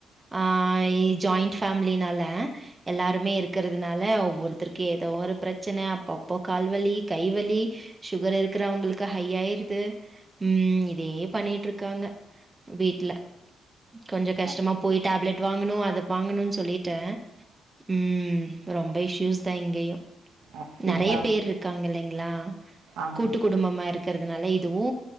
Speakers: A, on the right; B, on the right.
A: ஆ ஐ ஜாயிண்ட் ஃபேமிலினால எல்லாருமே இருக்கறதுனால ஒவ்வொருத்தருக்கே ஏதோ ஒரு பிரெச்சன அப்பப்போ கால்வலி கைவலி சுகர் இருக்குறவங்களுக்கு ஹை ஆயிருது ம் இதே பண்ணிட்டு ருக்காங்க வீட்ல கொஞ்ச கஷ்டமா
B: அப்
A: போய் டேப்லெட் வாங்கணு அத வாங்கணுனு சொல்லிட்டு ம் ரொம்ப இஷ்யூஸ் தா இங்கேயு
B: அப்டிங்களா
A: நெறைய பேர்ருக்காங்க இல்லைங்களா
B: ஆமா
A: கூட்டு குடும்பமா இருக் குறதுனால இதுவு